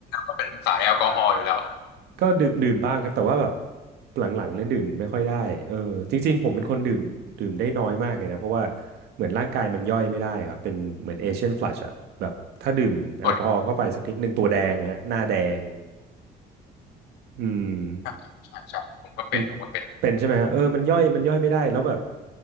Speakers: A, on the left; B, on the right.
A: ก็เป็นสายแอลกอฮอล์อยู่แล้ว
B: ก็ดื่มดื่มบ้างครับแต่ว่าแบบหลังๆเลยดื่มไม่ค่อยได้เออจริงๆผมเป็นคนดื่มดื่มได้น้อยมากเลยนะเพราะว่าเหมือนร่างกายมันย่อยไม่ได้ครับเป็นเหมือนเอเชียนฟลัชอะแบบถ้าดื่มแอลกอฮอล์เข้าไปสักนิดหนึ่งตัวแดงนะฮะหน้าแดง
A: ตัวนี้
B: อืม
A: ครับใช่ใช่ผมก็เป็นผมก็เป็น
B: มันเป็นใช่ไหมฮะเออมันย่อยมันย่อยไม่ได้แล้วแบบ